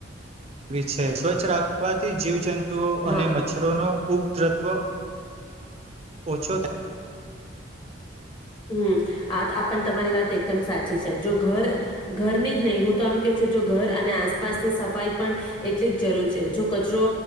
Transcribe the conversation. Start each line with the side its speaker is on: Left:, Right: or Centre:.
Right: વી છે. સ્વચ્છ રાખવાથી જીવ જંતુ ઈ
Left: હા
Right: અને મચ્છરોનો ઉપ તત્વ ઓછો થાય.
Left: હમ્મ આ પણ તમારી વાત એકદમ સાચી છે જો ઘર ઘરની જ નહી હું તો આમ કે છું જો ઘર અને આસપાસની સફાઈ પણ એટલી જ જરૂર છે જો કચરો